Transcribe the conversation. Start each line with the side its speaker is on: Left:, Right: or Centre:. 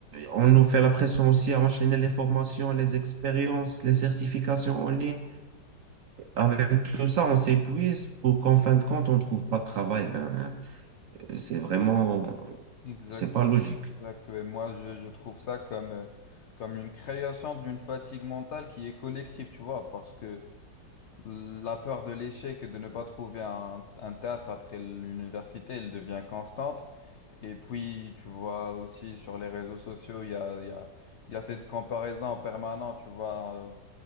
Right: on nous fait la pression aussi à enchaîner les formations, les expériences, les certifications en ligne. Avec tout ça, on s'épuise pour qu'en fin de compte, on ne trouve pas de travail. Ben, C'est vraiment,
Left: Exactement.
Right: c'est pas logique.
Left: Exact. Et moi, je, je trouve ça comme, euh, comme une création d'une fatigue mentale qui est collective, tu vois, parce que la peur de l'échec et de ne pas trouver un, un taf après l'université, elle devient constante. Et puis, tu vois aussi sur les réseaux sociaux, il y a, il y a, il y a cette comparaison permanente, tu vois. euh,